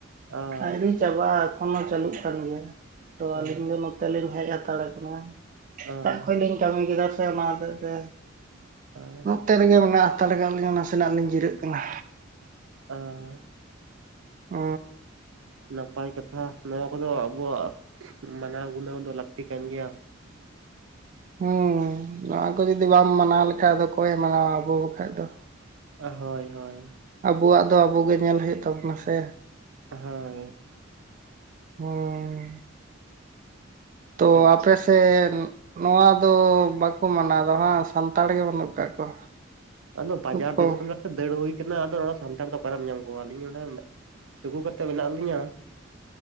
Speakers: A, on the right (about 80°); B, on the right (about 40°).
A: ᱚ
B: ᱰᱟᱭᱨᱤ ᱪᱟᱵᱟᱜ ᱮᱠᱷᱚᱱ ᱦᱚᱸ ᱪᱟᱹᱞᱩᱜ ᱠᱟᱱ ᱜᱮᱭᱟ ᱛᱚ ᱟᱹᱞᱤᱧ
A: ᱟᱸ
B: ᱫᱚ ᱛᱮᱞᱤᱧ ᱦᱮᱡ ᱦᱟᱛᱟᱲ ᱠᱟᱱᱟ
A: ᱟᱸ
B: ᱥᱮᱛᱟᱜ ᱠᱷᱚᱱ ᱞᱤᱧ ᱠᱟᱹᱢᱤ ᱠᱮᱫᱟ ᱥᱮ ᱚᱱᱟ ᱦᱚᱛᱮᱜ ᱛᱮ
A: ᱟ
B: ᱱᱚᱛᱮ ᱨᱮᱜᱮ ᱢᱮᱱᱟᱜ ᱦᱟᱛᱟᱲ ᱞᱤᱧ ᱱᱟᱥᱮᱱᱟᱜ ᱞᱤᱧ ᱡᱤᱨᱟᱹᱜ ᱠᱟᱱᱟ
A: ᱟᱨ
B: ᱚ
A: ᱱᱟᱯᱟᱭ ᱠᱟᱛᱷᱟ ᱱᱚᱣᱟ ᱠᱚᱫᱚ ᱟᱵᱚᱣᱟᱜ ᱢᱟᱱᱟᱣ ᱜᱩᱱᱟᱹᱣ ᱫᱚ ᱞᱟᱹᱠᱛᱤ ᱠᱟᱱ ᱜᱮᱭᱟ
B: ᱦᱮᱸ ᱱᱚᱣᱟ ᱠᱚ ᱡᱩᱫᱤ ᱵᱟᱢ ᱢᱟᱱᱟᱣ ᱞᱮᱠᱷᱟᱡ ᱫᱚ ᱚᱠᱚᱭᱮ ᱢᱟᱱᱟᱣᱟ ᱟᱵᱚ ᱵᱟᱠᱷᱟᱡ ᱫᱚ
A: ᱦᱳᱭ ᱦᱳᱭ
B: ᱟᱵᱚᱣᱟᱜ ᱫᱚ ᱟᱵᱚ ᱜᱮ ᱧᱮᱞ ᱦᱩᱭᱩᱜ ᱛᱟᱵᱚᱱᱟ ᱥᱮ
A: ᱦᱳᱸ
B: ᱦᱩᱸ ᱛᱚ
A: ᱟᱪᱪᱷᱟ
B: ᱟᱯᱮ ᱥᱮ ᱱᱚᱣᱟ ᱫᱚ ᱵᱟᱠᱚ ᱢᱟᱱᱟᱣᱫᱟ ᱵᱟᱝ ᱥᱟᱱᱛᱟᱲ ᱜᱮ ᱵᱟᱹᱱᱩᱜ ᱟᱠᱟᱜ ᱠᱚᱣᱟ
A: ᱟᱫᱚ ᱵᱟᱡᱟᱨ
B: ᱠᱷᱩᱵ ᱠᱚᱢ
A: ᱫᱤᱥᱚᱢ ᱨᱮᱥᱮ ᱫᱟᱹᱲ ᱦᱩᱭ ᱠᱟᱱᱟ ᱟᱫᱚ ᱱᱚᱰᱮ ᱥᱟᱱᱛᱟᱲ ᱫᱚ ᱚᱠᱟᱨᱮᱢ ᱧᱟᱢ ᱠᱚᱣᱟ ᱟᱹᱞᱤᱧ ᱱᱚᱸᱰᱮ ᱪᱩᱠᱩ ᱠᱟᱛᱮ ᱢᱮᱱᱟᱜ ᱞᱤᱧᱟᱹ